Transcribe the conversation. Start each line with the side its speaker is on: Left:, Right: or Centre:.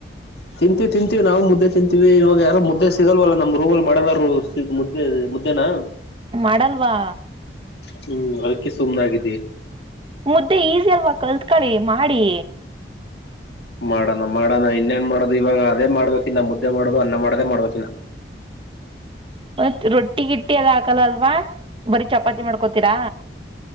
Left: ತಿಂತೀವಿ ತಿಂತೀವಿ ನಾವು ಮುದ್ದೆ ತಿಂತೀವಿ ಇವಾಗ ಯಾರೋ ಮುದ್ದೆ ಸಿಗಲ್ವಲ್ಲ ನಮ್ಮ ರೂಮ್ ಅಲ್ಲಿ ಮಾಡದಾರು. ಇಗ ಮುದ್ದೆಇದೆ ಮುದ್ದೆನಾ.
Right: ಮಾಡಲ್ವಾ.
Left: ಹು ಅದಕ್ಕೆ ಸುಮ್ನಆಗಿದೀವಿ.
Right: ಮುದ್ದೆ ಈಸಿ ಅಲ್ವಾ ಕಲ್ತ್ಕಳಿ ಮಾಡಿ.
Left: ಮಾಡೋಣ ಮಾಡೋಣ ಇನ್ನೇನ್ ಮಾಡೋದು ಇವಾಗ ಅದೇ ಮಾಡ್ಬೇಕಿನ್ನ ಮುದ್ದೆ ಮಾಡೋದು ಅನ್ನ ಮಾಡೋದೇ ಮಾಡ್ಬೇಕಿನ್ನ.
Right: ಮತ್ತ ರೊಟ್ಟಿಗಿಟ್ಟಿ ಎಲ್ಲ ಹಾಕಲ್ಲ ಅಲ್ವಾ ಬರೀ ಚಪಾತಿ ಮಾಡ್ಕೋತೀರಾ.